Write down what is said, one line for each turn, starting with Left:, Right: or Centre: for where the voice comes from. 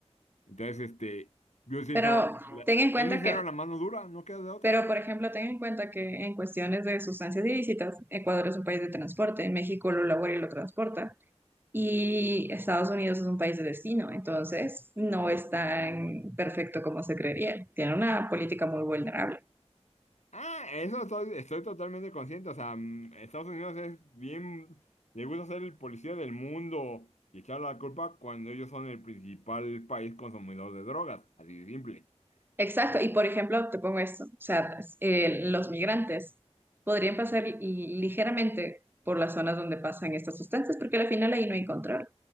Left: Entonces, este, yo siento,
Right: Pero
Left: la-
Right: ten en cuenta
Left: es necesario
Right: que,
Left: la mano dura, no queda de otra.
Right: pero por ejemplo, ten en cuenta que en cuestiones de sustancias ilícitas, Ecuador es un país de transporte, México lo labora y lo transporta. Y Estados Unidos es un país de destino, entonces no
Left: Es
Right: es
Left: correcto.
Right: tan perfecto como se creería. Tiene una política muy vulnerable.
Left: Ah, eso estoy, estoy totalmente consciente. O sea, mm, Estados Unidos es bien, le gusta ser el policía del mundo y echar la culpa cuando ellos son el principal país consumidor de drogas, así de simple.
Right: Exacto,
Left: Pero,
Right: y por ejemplo, te pongo esto, o sea, eh, los migrantes podrían pasar li- ligeramente por las zonas donde pasan estas sustancias, porque al final ahí no hay control,